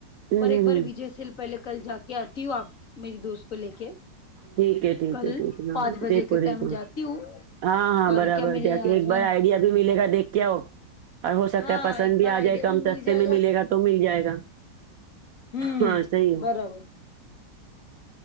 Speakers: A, on the right; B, on the left.
A: ہوں
B: اور ایک
A: ہوں
B: بار وجے سیل پہلے کل جا کے آتی ہو آپ میری دوست کو لے کے
A: ٹھیک ہے ٹھیک
B: کل
A: ہے ٹھیک ہے ہاں
B: پانچ بجے
A: دیکھو
B: کے ٹائم
A: دیکھو
B: جاتی ہوں
A: ہاں ہاں
B: اور
A: برابر
B: کیا میرے
A: جاکے
B: ہسبینڈ
A: ایک بار آئیڈیا بھی ملے گا دیکھ کے آؤ اور ہو سکتا
B: ہاں
A: ہے پسند
B: ایک
A: بھی
B: بار
A: آ
B: آئیڈیا
A: جائے کم
B: مل
A: سستے
B: جائے
A: میں ملے گا تو مل جائے گا
B: ہمم
A: ہاں صحیح ہے
B: برابر